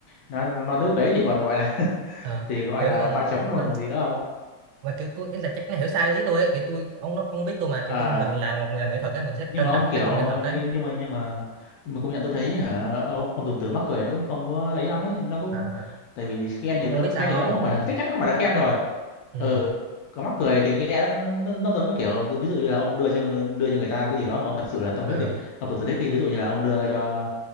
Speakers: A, on the left (about 75°); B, on the right (about 80°).
A: nói nói tới bước đấy thì còn gọi là <laughs>
B: Ờ,
A: thì gọi
B: kiểu
A: là
B: nó còn
A: ba chấm luôn
B: nó
A: còn gì nữa không
B: và kiểu tôi ý là chắc nó hiểu sai ý tôi ấy. kiểu tôi ông nó- ông biết tôi mà
A: ờ
B: kiểu tôi mình làm một người làm nghệ thuật ấy mình sẽ
A: nhưng
B: trân
A: mà ông
B: trọng cái
A: kiểu
B: tác phẩm nghệ thuật ấy
A: nhưng, nhưng mà nhưng mà nhưng mà công nhận tôi thấy hả ông, ông dùng từ mắc cười nó cũng không có ấy lắm ấy nó cũng
B: à,
A: tại vì khen thì
B: nhưng
A: đỡ-
B: mà ông biết
A: khen
B: sao không
A: thì nó cũng không phải
B: ừ
A: là chắc chắn nó không phải là khen rồi
B: ừ
A: ừ có mắc cười thì nghe nó, nó, nó giống như kiểu ví, ví dụ như là ông đưa cho đưa cho người ta một cái gì đó mà ông thật sự là tâm
B: ờ
A: huyết đi ông thực sự thích đi ví dụ như là ông đưa cho